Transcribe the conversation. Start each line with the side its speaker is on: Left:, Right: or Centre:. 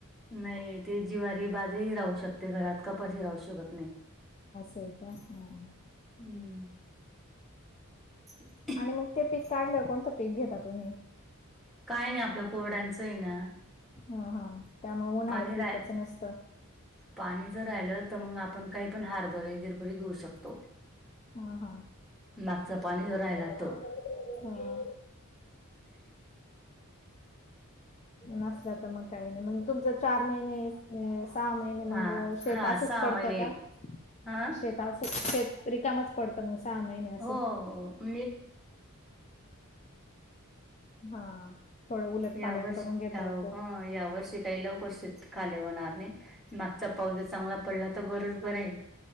Centre: नाही ते जिवारी बाजारीही राहू शकते घरात कपशी राहू शकत नाही.
Left: होय का? हा.
Centre: हम्म. <inaudible>
Left: आणि मग ते पीक काढलं, कोणतं पीक घेता तुम्ही?
Centre: काय नाही, आपलं कोडांचं आहे ना.
Left: हा हा. त्यामुळ उन्हाळ्यात
Centre: पाणी राय
Left: पिकचं नसतं.
Centre: पाणी जर राहिलं तर मग आपण काही पण हारबरे गिरबरे घेऊ शकतो.
Left: हा हा
Centre: मागचा पाणी
Left: <unintelligible>
Centre: जर राहिला तो
Left: हा. नसला तर मग काही नाही म्हण तुमच चार महिने सहा महिने
Centre: हा
Left: मग शेतासच
Centre: हा सहा
Left: पडतं
Centre: महिने
Left: का
Centre: हा
Left: शेताच शेत रीकामचं पडतं मग सहा महिने असं
Centre: हो <unintelligible>
Left: हा, थोडं उलट
Centre: या
Left: पालट
Centre: वर्षी
Left: करून घेता
Centre: या
Left: येतं.
Centre: हं, या वर्षी काही लवकर शेत खाली होणार नाही, मागचा पाऊस जर चांगला पडला तर बरंच बरेय.